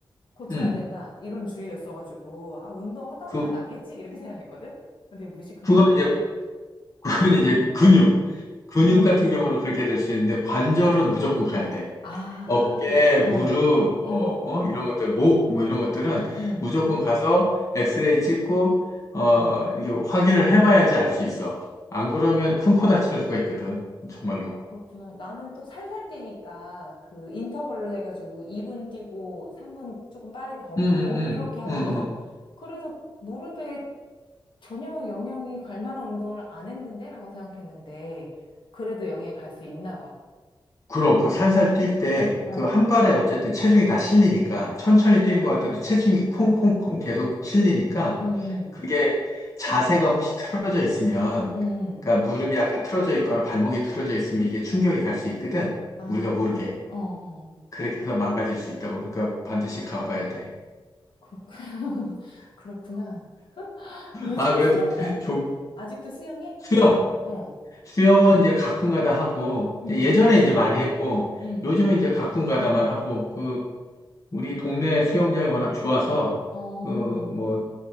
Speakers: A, on the left; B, on the left.
A: 고쳐야
B: 음.
A: 된다. 이런 주의였어가지고, 아, 운동하다
B: 그,
A: 보면 낫겠지? 이렇게 생각했거든? 근데 무식한
B: 그건
A: 거였네.
B: 이제, <laughs> 그건 이제 근육.
A: 어,
B: 근육
A: 음.
B: 같은 경우는 그렇게 될 수 있는데 관절은 무조건 가야 돼.
A: 아,
B: 어깨,
A: 어,
B: 무릎, 뭐,
A: 음,
B: 어? 이런 것들, 목, 뭐 이런 것들은
A: 음.
B: 무조건 가서 엑스레이 찍고, 어, 이게 확인을 해봐야지 알 수 있어. 안 그러면 큰 코 다치는 수가 있거든. 정말로.
A: 그렇구나. 나는 또 살살 뛰니까 그 인터벌로 해가지고 2분 뛰고 3분 조금 빠르게 걷고
B: 응, 응, 응,
A: 이렇게 하거든?
B: 응, 응.
A: 그래서 무릎에 전혀 영향이 갈 만한 운동을 안 했는데? 라고 생각했는데, 그래도 영향이 갈 수 있나 봐.
B: 그럼 그 살살 뛸 때
A: 어,
B: 그 한 발에 어쨌든 체중이 다 실리니까 천천히 뛰는 것 같아도 체중이 콩콩콩
A: 어,
B: 계속 실리니까
A: 음,
B: 그게 자세가 혹시 틀어져 있으면
A: 음, 음.
B: 그러니까 무릎이 약간 틀어져 있거나 발목이 틀어져 있으면 이게 충격이 갈 수 있거든.
A: 아,
B: 우리가 모르게.
A: 어, 어.
B: 그렇게 해서 망가질 수 있다고. 그러니까 반드시 가봐야 돼.
A: 그렇구나. <laughs> 그렇구나. 요즘
B: 아, 그래도
A: 수영해?
B: 조,
A: 아직도 수영해?
B: 수영.
A: 어,
B: 수영은 이제 가끔 가다 하고
A: 음,
B: 예, 예전에 이제 많이 했고
A: 음,
B: 요즘은 이제 가끔 가다만 하고 그 우리 동네 수영장이 워낙 좋아서,
A: 어.
B: 어, 뭐,